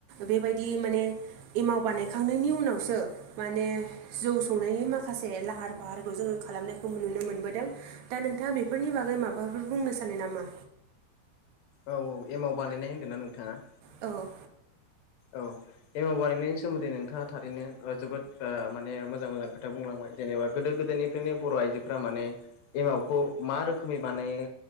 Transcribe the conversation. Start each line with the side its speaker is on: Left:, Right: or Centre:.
Right: बेबायदि माने एमाव बानायखांनायनि उनावसो माने जौ संनायनि माखासे लाहार फाहारखौ जोङो खालामनायखौ नुनो मोनबोदों। दा नोंथाङा बेफोरनि बागै माबाफोर बुंनो सानो नामा?
Left: औ औ एमाव बानायनाय होन्दों ना नोंथाङा?
Right: औ
Left: औ एमाव बानायनायनि सोमोन्दै नोंथाङा थारैनो जोबोद माने मोजां मोजां खोथा बुंलांबाय जेनेबा गोदो गोदायनि बेनो बर' आइजोफोरा माने एमावखौ मा रोखोमै बानायो